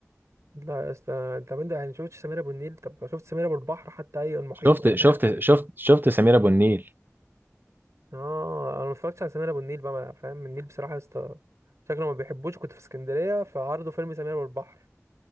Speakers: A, on the right; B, on the right.
A: لا يا اسطى طب انت يعني شفتش سمير ابو النيل طب شفت سمير ابو البحر حتى اي المحيط
B: شفت
A: مثلا
B: شفت
A: اي حاجه
B: شفت شفت سمير ابو النيل
A: اه انا ما اتفرجتش على سمير ابو النيل بقى ما- فاهم النيل بصراحه يا اسطى شكله ما بيحبوش كنت في اسكندريه فعرضوا فيلم سمير ابو البحر